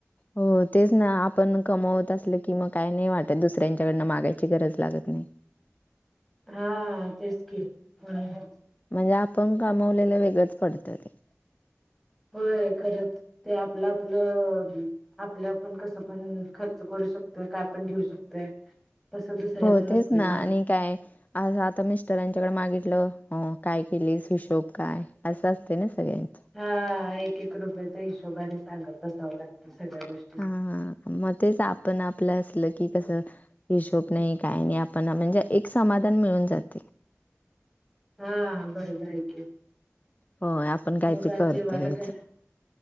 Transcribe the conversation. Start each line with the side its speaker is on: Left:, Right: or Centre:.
Left: हो तेच ना, आपण कमवत असलं की मग काय नाही वाटत, दुसऱ्यांच्याकडनं मागायची गरज लागत नाही.
Centre: हा तेच की म्हणुन
Left: म्हणजे आपण कामावलेलं वेगळंच पडतं ते
Centre: होय, खरंच ते आपलं-आपलं आपलं-आपण, कसं पण खर्च करू शकतोय, काय पण घेऊ शकतोय. तसं, दुसऱ्याच
Left: हो
Centre: नसत
Left: तेच
Centre: ना?
Left: आणि काय? आज आता मिस्टरांच्याकड मागितलं, अ काय केलीस? हिशोब काय? असं असतयं ना सगळ्यांचं.
Centre: हां, एक-एक रुपयाचा हिशोबाने, सांगत बसावं लागतं, सगळ्या गोष्
Left: हां हां, म तेच आपण-आपल्या, असलं की, कसं हिशोब नही, काही नही आपण, म्हणजे एक समाधान मिळून जातंय.
Centre: हं, बरोबर हाय की,
Left: होय आपण काहीतरी
Centre: मग आज
Left: करतोयच.
Centre: जेवायला काय?